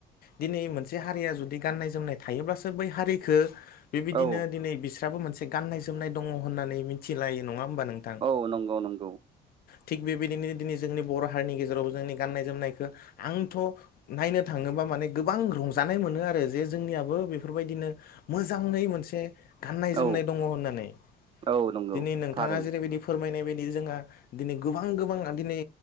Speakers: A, on the left; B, on the right.
A: दिनै मोनसे हारिया जुदि गाननाय जोमनाय थायोब्लासो बै हारिखो बेबायदिनो
B: औ
A: दिनै बिस्राबो मोनसे गाननाय जोमनाय दङ होननानै मिथिलायो नङा होनोमबा नों
B: औ नंगौ नंगौ।
A: थिग बेबायदिनो दिनै जोंनि बर' हारिनि गेजेराव जोंनि गाननाय जोमनायखौ आंथ' नायनो थाङोबा माने गोबां रंजानाय मोनो आरो जे जोंनियाबो बेफोरबायदिनो मोजाङै मोनसे गाननाय जोमनाय
B: औ
A: दङ होननानै
B: औ नंगौ
A: दिनै नोंथाङा
B: थारैनो
A: जेरैबायदि फोरमायनाय बायदि जोंहा दिनै गोबां गोबां दिनै